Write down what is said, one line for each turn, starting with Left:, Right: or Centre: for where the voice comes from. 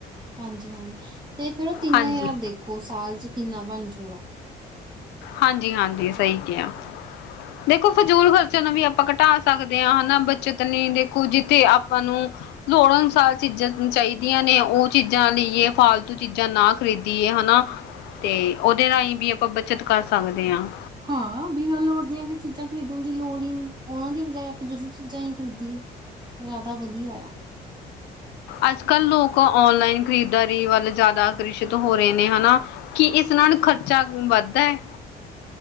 Right: ਹਾਂਜੀ-ਹਾਂਜੀ ਤੇ ਫੇਰ ਉਹ ਤਿੰਨ
Left: ਹਾਂਜੀ
Right: ਹਜ਼ਾਰ ਦੇਖੋ ਸਾਲ ਚ ਕਿੰਨਾ ਬਣ ਜੂਗਾ।
Left: ਹਾਂਜੀ-ਹਾਂਜੀ ਸਹੀ ਕਿਹਾ ਦੇਖੋ ਫਜ਼ੂਲ ਖ਼ਰਚੇ ਨੂੰ ਵੀ ਆਪਾਂ ਘਟਾ ਸਕਦੇ ਹਾਂ ਹਨਾ ਬੱਚਤ ਲਈ ਦੇਖੋ ਜਿੱਥੇ ਆਪਾਂ ਨੂੰ ਲੋੜ ਅਨੁਸਾਰ ਚੀਜ਼ਾਂ ਚਾਹੀਦੀਆਂ ਨੇ ਉਹ ਚੀਜ਼ਾਂ ਲਈਏ ਫਾਲਤੂ ਚੀਜ਼ਾਂ ਨਾ ਖਰੀਦੀਏ ਹਨਾ। ਤੇ ਉਹਦੇ ਰਾਹੀਂ ਵੀ ਆਪਾਂ ਬੱਚਤ ਕਰ ਸਕਦੇ ਹਾਂ।
Right: ਹਾਂ ਬਿਨਾਂ ਲੋੜ ਦੀਆਂ ਚੀਜ਼ਾਂ ਖਰੀਦਣ ਦੀ ਲੋੜ ਹੀ ਨੀ ਉਹਨਾਂ ਦੀ ਬਜਾਏ ਆਪਾਂ <unintelligible> ਚੀਜ਼ਾਂ ਹੀ ਖਰੀਦੀਏ। ਜ਼ਿਆਦਾ ਵਧੀਆ ਆ।
Left: ਅੱਜ-ਕੱਲ੍ਹ ਲੋਕ ਔਨਲਾਈਨ ਖਰੀਦਦਾਰੀ ਵੱਲ ਜ਼ਿਆਦਾ ਆਕਰਸ਼ਿਤ ਹੋ ਰਹੇ ਨੇ ਹਨਾ। ਕਿ, ਇਸ ਨਾਲ ਖਰਚਾ ਵੱਧਦਾ ਹੈ?